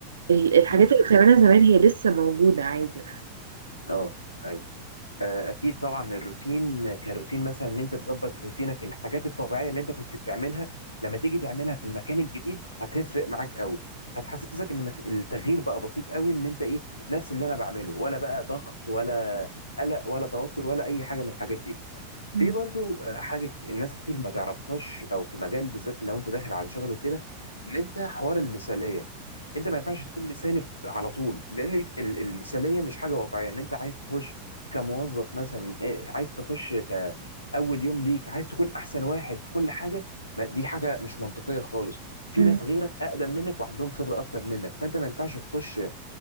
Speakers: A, on the right; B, on the left.
A: ال- الحاجات
B: امم
A: اللي بتعملها زمان هي لسه موجوده عادي
B: اه آه، اكيد طبعا الروتين كروتين مثلا ان انت تظبط روتينك الحاجات الطبيعيه اللي انت كنت بتعملها لما تيجي تعملها في المكان الجديد هتفرق معاك قوي هتحسسك ان مف- التغيير بقى بسيط قوي ان انت ايه نفس اللي انا بعمله ولا بقى ضغط ولا قلق ولا توتر ولا اي حاجه من الحاجات دي
A: مم.
B: في برضو آه، حاجة ك- الناس كتير ما تعرفهاش او في مجال بالذات لو انت داخل على شغل وكده ان انت حوار المثالية انت ما ينفعش تكون مثالي ف- على طول لان ال- ال- المثالية مش حاجة واقعية ان انت عايز تخش كموظف مثلا إيه، عايز تخش كأول يوم ليك عايز تكون احسن واحد في كل حاجة ما دي حاجة مش منطقية خالص في
A: مم.
B: ناس غيرك اقدم منك وعندهم خبرة اكتر منك فانت ما ينفعش تخش